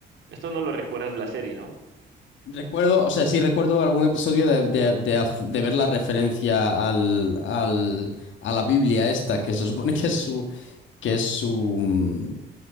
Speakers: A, on the right; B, on the left.
A: Esto no lo recuerdas de la serie, ¿no?
B: Recuerdo, o sea, sí recuerdo algún episodio de, de- de haz- de ver la referencia al, al- a la Biblia esta, que se supone que es su, que es su, mm,